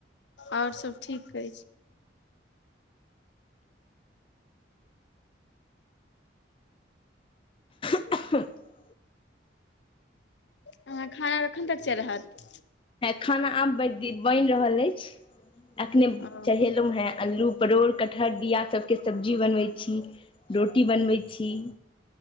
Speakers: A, on the left; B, on the left.
A: आओर सभ ठीक अइछ।
B: <unintelligible>
A: अहां के खाना कखन तक चड़हत?
B: खाना आब बनि रहल अइछ, अखने
A: ओ
B: चढ़ेलहु हां अल्लू परोड़ कटहर बिआ सबके सब्जी बनबै छी रोटी बनबै छी।